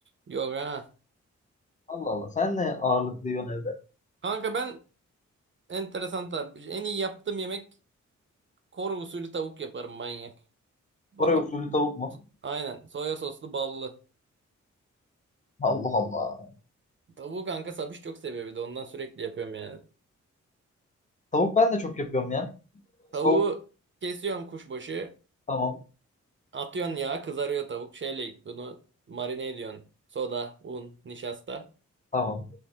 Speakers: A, on the right; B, on the left.
A: Yok ha.
B: Allah Allah. Sen ne ağırlıklı yiyorsun evde?
A: Kanka ben enteresan tarif. En iyi yaptığım yemek Kore usulü tavuk yaparım manyak.
B: Oraya
A: Aha,
B: usulü tavuk mu?
A: aynen. Soya soslu ballı.
B: Allah Allah.
A: Tavuğu kanka Sabiş çok seviyor bir de ondan sürekli yapıyorum yani.
B: Tavuk ben de çok yapıyorum ya.
A: Tavuğu
B: Tavuk
A: kesiyorsun kuşbaşı.
B: tamam.
A: Atıyorsun yağa kızarıyor tavuk. Şeyle bunu marine ediyorsun. Soda, un, nişasta.
B: Tamam.